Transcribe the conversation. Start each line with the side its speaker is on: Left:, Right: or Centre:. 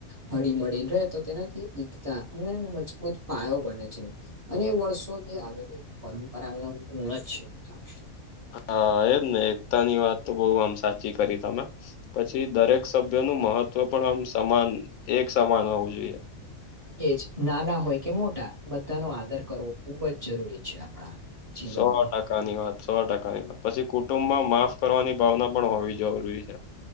Right: હળી મળીને રહે તો તેનાથી એકતા અને મજબૂત પાયો બને છે. અને વર્ષોથી આવેલી પરંપરાનો ગુણ જ થાય.
Left: હા એમ ને એકતા ની વાત તો બહુ આમ સાચી કરી તમે પછી દરેક સભ્ય નું મહત્વ પણ આમ સમાન એક સમાન હોવું જોઈએ.
Right: એ જ નાના હોય કે મોટા બધાનો આદર કરવો ખૂબ જ જરૂરી છે આપણા જીવનમાં
Left: સો ટકા ટકાની વાત સો ટકાની વાત પછી કુટુંબ માં માફ કરવાની ભાવના પણ હોવી જરૂરી છે.